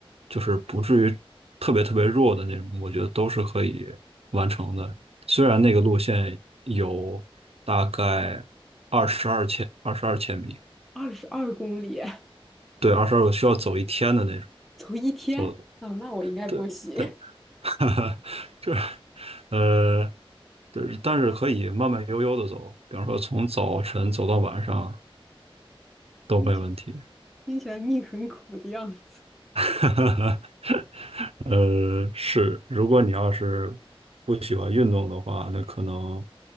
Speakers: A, on the right; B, in the centre.
A: 就是不至于特别特别弱的那种，我觉得都是可以完成的。虽然那个路线有大概二十二千二十二千米，
B: 二十二公里，
A: 对，二十二个需要走一天的那种，
B: <laughs> 走一天啊，
A: 走，
B: 那我应该不行。
A: 对。对 <laughs> 这，这，呃，就是但是可以慢慢悠悠的走，比方说从早晨走到晚上
B: <laughs>
A: 都没问题。
B: 听起来听起来命很苦的样子。
A: <laughs> 呃，是，如果你要是不喜欢运动的话，那可能